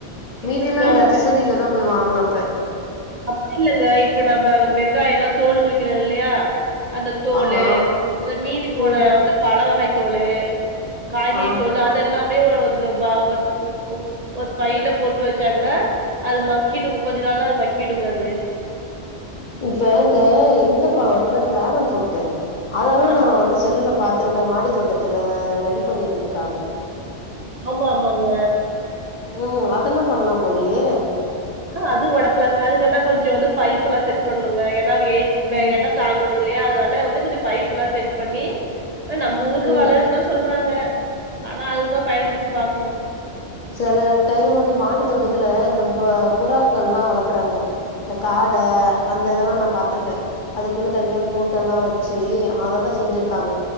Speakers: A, on the right; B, on the left.
A: இப்ப
B: மீதி
A: நம்ம
B: எல்லா நர்சரிலதா போயி வாங்கணு அப்ப
A: அப்பிடி இல்லங்க இப்ப நம்ப வெங்காயோ எல்லா தோல் உரிக்கிறோ இல்லயா அந்த தோலு
B: ஆமா
A: அந்த மீதி போன
B: ம்
A: வந்து பழ வகை தோலு காய்கறி
B: ஆ
A: தோலு அதெல்லா மே இது ப ஒரு ஒரு பைல போட்டு வச்சா கூட அது மக்கிடுங்க கொஞ்ச நாள்ல அது ம க்கிடுங்க அது
B: இப்ப இந்த இந்த பழோ இருக்குல்ல டிராகன் ஃப்ரூட்டு அதல்லா
A: ஆமா
B: நா வந்து செல்லுல பாத்துருக்க மாடி தோட்டத்துல ரெடி பண்ணி இருந்திருக்காங்க
A: ஆமா ஆமாங்க
B: ம் அதெல்லா பண்லா போலயே
A: ஆ அது வளக்கலாங்க அதுக்கு என்ன கொஞ்சொ வந்து பைப் எல்லா செட் பண்ணணுங்க ஏன்னா அது வெய்
B: ம்
A: வ எட தாங்கணு இல்லயா அதனா ல வந்து கொஞ்சோ பைப் எல்லா செட் பண்ணி அ நம்ப ஊருக்கு
B: ம்
A: வளருன்னுதா சொல் றாங்க ஆனா அதுதா பயன்படுத்தி பாக்கணு
B: சில டைம் வந்து மாடி தோட்டத்துல இந்த ப புறாக்கள்லா வளக்கறாங்க. இந்த காட அந்த இதெல்லா நா பாத்திருக்கே அதுக்குன்னு தனியா கூண்டெல்லா வச்சு அதெல்லா செஞ்சிருக்காங்க